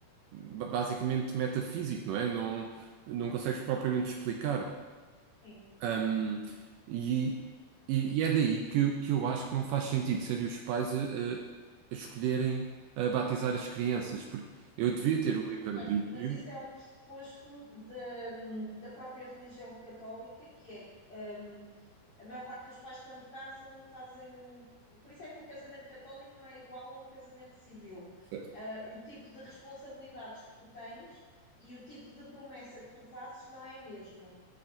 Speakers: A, on the right; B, on the left.
A: ba- basicamente metafísico, não é? Não, não consegues propriamente explicar.
B: Sim.
A: Hum, e, e, e é daí que, eu- que eu acho que não faz sentido serem os pais a, a- a escolherem a batizar as crianças, porque eu devia ter o livre-arbítrio.
B: Ricardo, mas isso é um pressuposto da hum, da própria religião católica, que é. hum, a maior parte dos pais, quando casam, fazem um. Por isso é que o casamento católico não é igual ao casamento civil.
A: Certo,
B: Uh, o tipo de responsabilidades que tu tens e o tipo de promessa que tu fazes não é a mesma.